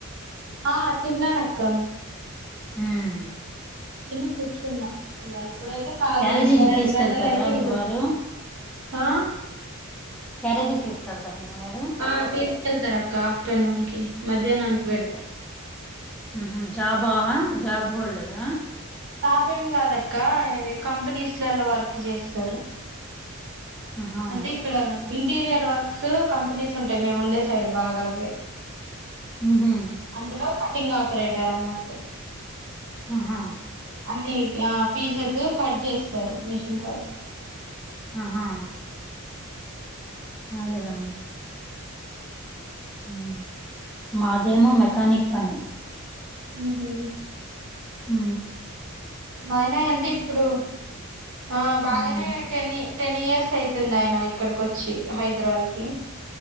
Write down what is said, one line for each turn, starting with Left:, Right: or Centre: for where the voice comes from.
Right: ఆ తిన్నానక్క
Centre: ఉమ్
Right: తిని కూర్చున్నా ఇక ఇప్పుడైతే ఖాలీ
Centre: క్యారేజీకి
Right: ఇంకా రెండు
Centre: తీసుకెళ్తారా
Right: గంటలు అయితే
Centre: మీ
Right: ఇప్పుడు
Centre: వారు
Right: ఆ
Centre: క్యారేజీ తీసుకెళ్తార మీ వారు
Right: ఆ తీసుకెళ్తారు అక్క ఆఫ్టర్నూన్ కి మధ్యాహ్నానికి పెడతా
Centre: ఆహా జాబా, జాబ్ హోల్డరా
Right: జాబ్ ఏం కాదక్క ఇది కంపెనీస్లలో వర్క్ చేస్తారు
Centre: ఆహా
Right: అంటే ఇక్కడ ఇంటీరియర్ వర్క్స్ కంపెనీస్ ఉంటాయి మేము ఉండే సైడ్ బాగా అవ్వే
Centre: ఉహూ
Right: అందులో కటింగ్ ఆపరేటర్ అన్నట్టు
Centre: ఆహా
Right: అన్ని ఆ పీసెస్ కట్ చేస్తారు మిషిన్ కాడా
Centre: ఆహా అదేలే ఉమ్ మాదేమో మెకానిక్ పని
Right: ఉహు
Centre: హ
Right: ఆయన అంటే ఇప్పుడు ఆ బాగానే
Centre: ఉమ్
Right: టెన్ని టెన్ ఇయర్స్ అవుతుంది ఆయన ఇక్కడికి వచ్చి హైదరాబాద్ కి